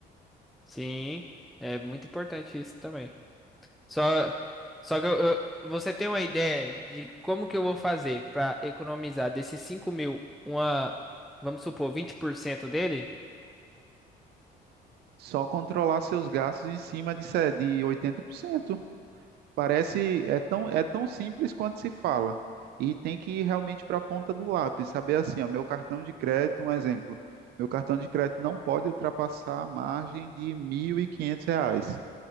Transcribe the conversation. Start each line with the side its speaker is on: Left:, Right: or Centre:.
Centre: Sim, é muito importante isso também. Só, só que eu- eu- você tem uma ideia de como que eu vou fazer para economizar desses 5 mil, uma, vamos supor, 20% dele?
Right: Só controlar seus gastos em cima de, se- de oitenta por cento Parece, é tão, é tão simples quanto se fala. E tem que ir realmente para a ponta do lápis, saber assim, ó, meu cartão de crédito, um exemplo, meu cartão de crédito não pode ultrapassar a margem de 1.500 reais.